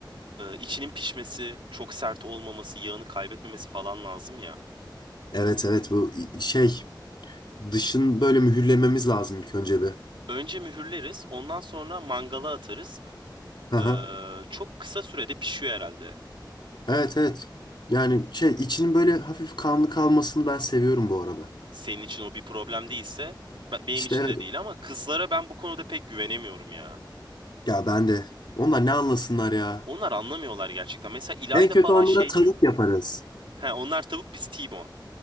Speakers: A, on the right; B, on the left.
A: e, içinin pişmesi, çok sert olmaması, yağını kaybetmemesi falan lazım ya.
B: Evet evet bu i- şey dışın böyle mühürlememiz lazım ilk önce bir.
A: Önce mühürleriz, ondan sonra mangala atarız.
B: Hı hı.
A: Ee, çok kısa sürede pişiyor herhalde.
B: Evet evet. Yani şey içinin böyle hafif kanlı kalmasını ben seviyorum bu arada.
A: Senin için o bir problem değilse, be- benim
B: İşte
A: için
B: evet.
A: de değil ama kızlara ben bu konuda pek güvenemiyorum ya.
B: Ya ben de. Onlar ne anlasınlar ya.
A: Onlar anlamıyorlar gerçekten. Mesela İlayda
B: En kötü
A: falan
B: onlara
A: şey
B: tavuk
A: diyor.
B: yaparız.
A: He, onlar tavuk biz T-bone.